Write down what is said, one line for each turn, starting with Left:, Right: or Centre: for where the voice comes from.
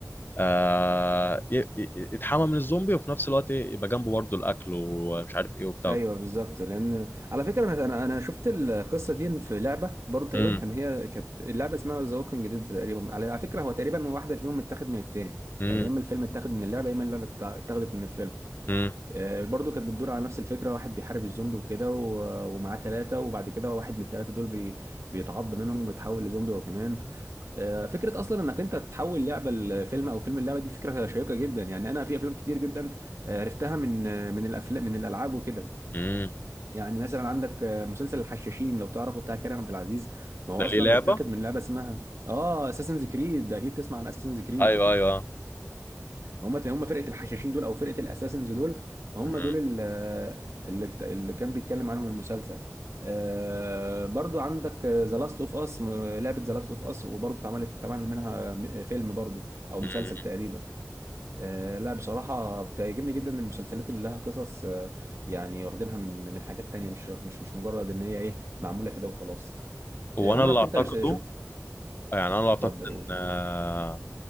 Left: آه ي- ي- يتحمى من الزومبي وفي نفس الوقت ايه يبقى جنبه برضه الاكل ومش عارف ايه وبتاع
Right: ايوه بالظبط لان على فكره انا انا أنا شفت القصه دي في لعبه برضه تقريبا
Left: امم
Right: كان هي كانت اللعبه اسمها ذا ووكينج ديد تقريبا على على فكره هو تقريبا واحده فيهم متاخد من التاني
Left: امم
Right: يعني يا اما الفيلم اتاخد من اللعبه يا اما اللعبه اتع- اتاخدت من الفيلم
Left: امم
Right: آه، برضه كانت بتدور على نفس الفكره واحد بيحارب الزومبي وكده و- ومعاه ثلاثه وبعد كده واحد من الثلاثه دول بي بيتعض منهم وبيتحول لزومبي هو كمان آه، فكره اصلا انك انت تحول لعبه لفيلم او فيلم اللعبه دي فكره شيقه جدا يعني انا في افلام كتير جدا آه، عرفتها من آه، من الافلام من الالعاب وكده
Left: امم
Right: يعني مثلا عندك آه، مسلسل الحشاشين لو تعرفه بتاع كريم عبد العزيز ما هو
Left: ده
Right: اصلا
Left: ليه لعبه
Right: متاخد من لعبه اسمها اه اساسنز كريد اكيد تسمع عن اساسنز كريد
Left: ايوه ايوه
Right: هم هم فرقه الحشاشين دول او فرقه الاساسنز دول هم
Left: مم.
Right: دول ال- آه، اللي اللي كان بيتكلم عنهم المسلسل آه برضو عندك ذا لاست اوف اس لعبه ذا لاست اوف اس وبرضو اتعملت اتعمل منها آه، م- فيلم برضو او
Left: مم.
Right: مسلسل تقريبا آه، لا بصراحة بتعجبني جدا المسلسلات اللي لها قصص آه، يعني واخدينها من من حاجات تانية مش مش مش مجرد ان هي ايه معمولة كده وخلاص
Left: هو
Right: آه، عمرك
Left: انا اللي اعتقده
Right: انت ش- شفت
Left: يعني انا اللي اعتقد
Right: اتفضل
Left: ان
Right: قول
Left: آه،